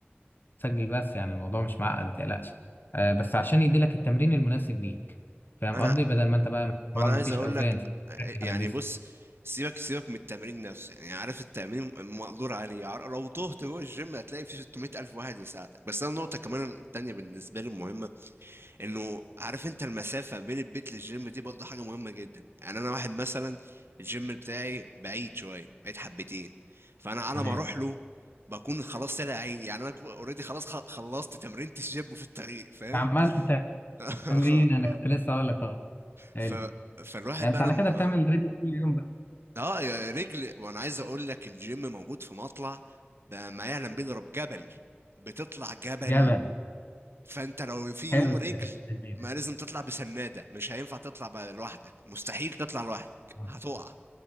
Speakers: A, on the left; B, on the right.
A: تسجل بس يعني الموضوع مش معقد ما تقلقش آه، بس عشان يديلك التمرين المناسب ليك فاهم
B: انا
A: قصدي بدل ما أنت بقى
B: ما
A: طبعا
B: انا
A: مفيش
B: عايز اقول
A: أوزان
B: لك
A: تركز
B: يعني
A: على الجسم
B: بص سيبك سيبك من التمرين نفسه يعني عارف التمرين مقدور عليه عار- لو تهت جوه الجيم هتلاقي في 600 ألف واحد يساعدك بس أنا النقطة كمان التانية بالنسبة لي المهمة انه عارف انت المسافه بين البيت للجيم دي برضه حاجه مهمه جدا يعني انا واحد مثلا الجيم بتاعي بعيد شويه بعيد حبتين فانا على
A: تمام
B: ما اروح له بكون خلاص طلع عيد يعني انا اوريدي خلاص خ- خلصت تمرينة الجيم في الطريق فاهم
A: عملت
B: <laughs>
A: تمرين انا كنت لسه اقول لك اه حلو
B: ف فالواحد
A: ده انت
B: بقى
A: على
B: لما
A: كده بتعمل رجل كل يوم بقى
B: اه يا رجل وانا عايز اقول لك الجيم موجود في مطلع بقى ما يعلم به الا رب جبل بتطلع جبل
A: جبل
B: فانت لو في
A: حلو
B: يوم رجل
A: التشبيه
B: ما
A: ده
B: لازم تطلع بسنادة مش هينفع تطلع بقى لوحدك مستحيل تطلع لوحدك
A: آه.
B: هتقع